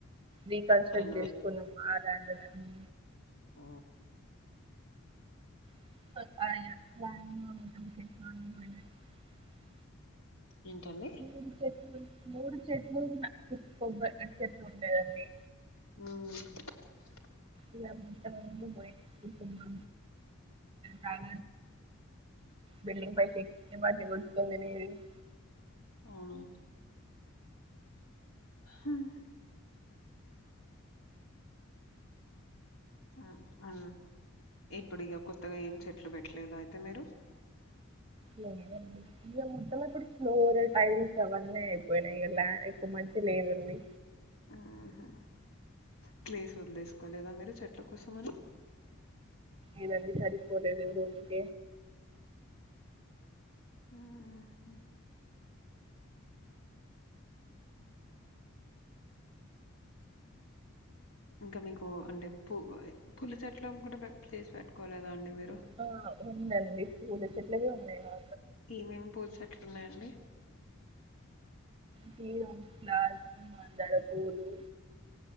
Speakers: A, on the right; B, on the left.
A: రీకన్స్ట్రక్ట్
B: రెండు
A: చేసుకున్నాం <unintelligible> అ
B: ఆ
A: <inaudible>
B: ఏంటండి
A: మూడు మూడు చెట్లు కొబ్బర్ చెట్లు ఉండేదండి
B: హమ్
A: ఇ మయతున్నా కాద బిల్డింగ్ పైకి ఏ మాటి కొనుకుంది నిధి <unintelligible>
B: అవును హమ్ ఆ ఆ ఇప్పుడు ఇక కొత్తగా ఏం చెట్లు పెట్టలేదు అయితే మీరు
A: ఇ మొత్త కూడా లోరు టైల్స్ అవన్న అయిపోయినాయి ఇలా ఎక్కువ మంచి లేదండి
B: ఆహా ప్లీస్ వదులేసుకోలేదా మీరు చెట్ల కోసం అని
A: ఏనడి సారిపోలేదు రూక
B: ఆ ఇంకా మీకు అంటే పూ పుల చెట్లు కూడా ప్లేస్ పెట్టుకోలేదా అండి మీరు
A: ఆ ఉందండి పూడ చెట్లే ఉన్నాయి మా
B: ఏమేం పూల చెట్లు వున్నాయండి
A: తీ అందడ మందర పులు